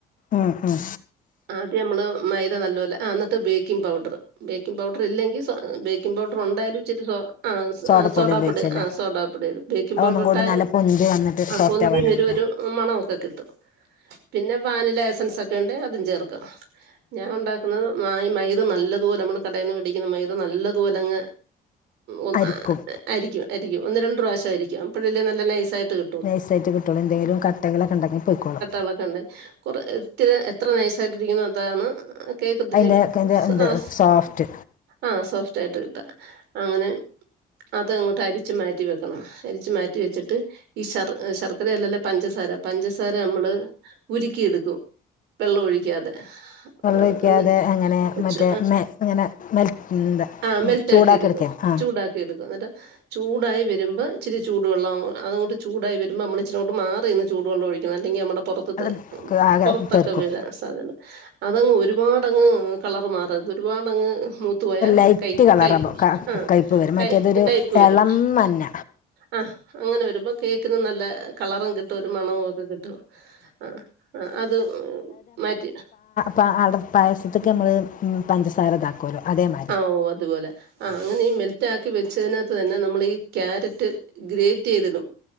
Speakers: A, on the left; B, on the right.
A: ഉം ഉം
B: ആദ്യം നമ്മള് മൈദ നല്ലോലെ എന്നിട്ട് ബേക്കിംഗ് പൗഡർ ബേക്കിംഗ് പൗഡർ ഇല്ലെങ്കിൽ സോ ബേക്കിംഗ് പൗഡർ ഉണ്ടായാലും ഇച്ചിരി സോ ആഹ്
A: സോഡപ്പൊടി
B: സോഡാപ്പൊടി
A: ഉപയോഗിച്ചല്ലേ
B: ആഹ് സോഡാപ്പൊടി ഇടും ബേക്കിംഗ്
A: അത്
B: പൗഡറിട്ടാ
A: ഒന്നും കൂടി നല്ല പൊന്തി വന്നിട്ട് സോഫ്റ്റ്
B: പൊന്തിവരും
A: ആവാനാവില്ലേ
B: ഒരു മണൊവൊക്കെ കിട്ടും പിന്നെ വാനില എസൻസ് ഒക്കെ ഉണ്ടേ അതും ചേർക്കാം. ഞാൻ ഉണ്ടാക്കുന്നത് ഈ മൈദ നല്ലതുപോലെ നമ്മള് കടയിൽ നിന്ന് മേടിക്കുന്ന മൈദ നല്ലതുപോലെ അങ്ങ് ഉം
A: അരിക്കും
B: അരിക്കും അരിക്കും ഒന്ന് രണ്ട് പ്രാവശ്യം അരിക്കും അപ്പൊഴല്ലെ നല്ല നൈസായിട്ട് കിട്ടു
A: നൈസായിട്ട് കിട്ടുള്ളൂ എന്തേലും കട്ടകളൊക്കെ ഉണ്ടെങ്കിൽ പൊയ്ക്കോളും
B: ഇത് കൊറ എത്ര നൈസായിട്ട് ഇരിക്കുന്നോ അതാണ് കേക്ക് ഒത്തിരി
A: അതിൻ്റെ അതിൻ്റെ എന്ത്
B: ആഹ് സോ
A: സോഫ്റ്റ്
B: ആഹ് സോഫ്റ്റ് ആയിട്ട് കിട്ടും അങ്ങനെ അതങ്ങോട്ട് അരിച്ചു മാറ്റി വെക്കണം അരിച്ചു മാറ്റി വെച്ചിട്ട് ഈ ശർ ശർക്കരയല്ലല്ലോ പഞ്ചസാര പഞ്ചസാര നമ്മള് ഉരുക്കിെയെടുക്കും വെള്ളം ഒഴിക്കാതെ.
A: വെള്ളം
B: ആഹ്
A: ഒഴിക്കാതെ
B: ആഹ് അന്നി
A: അങ്ങനെ
B: വെച്ചു
A: മറ്റേ മെ ഇങ്ങനെ മെൽറ്റ് എന്താ
B: ആഹ് മെൽ റ്റാക്കി
A: ചൂടാക്കി
B: എടുക്കും
A: എടുക്കുക ആ
B: ചൂടാക്കി എടുക്കും എന്നിട്ട് ചൂടായി വരുമ്പോൾ ഇച്ചിരി ചൂട് വെള്ളം അതങ്ങോട്ട് ചൂടായി വരുമ്പോ നമ്മള് ഇച്ചിരി അങ്ങോട്ട് മാറി നിന്ന് ചൂട് വെള്ളം ഒഴിക്കണം അല്ലെങ്കി നമ്മുടെ പുറത്ത് ത്തത്
A: അത് ആകെ
B: പുറത്തൊക്കെ
A: തെറിക്കും
B: വീഴാൻ സാധ്യത അതങ്ങ് ഒരുപാടങ്ങ് കളർ മാറരുത് ഒരുപാടങ്ങ് മൂ ത്ത് പോയ
A: ഒരു ലൈറ്റ്
B: കയ്
A: കളറാകുമ്പോൾ
B: കയിപ്പ് ആഹ്
A: കയ്പ്പ് വരും
B: ക
A: മറ്റേതൊരു
B: കയിപ്പ് വരും.
A: ഇളം മഞ്ഞ
B: ആഹ് അങ്ങനെ വരുമ്പോ കേക്കിനും നല്ല കളറും കിട്ട ഇട്ട ഒരു മണവും ഒക്കെ കിട്ടും ആഹ് അത് മാറ്റി
A: പ അട പായസത്തൊക്കെ നമ്മൾ പഞ്ചസാര ഇതാക്കും കൊലോ അതേ മാതി
B: ആഹ് ഓഹ് അതുപോലെ ആഹ് അങ്ങനെയീ മെൽ റ്റാക്കി വെച്ചതിനകത്ത് തന്നെ നമ്മൾ ഈ ക്യാരറ്റ് ഗ്രേറ്റ് ചെയ്തിടും.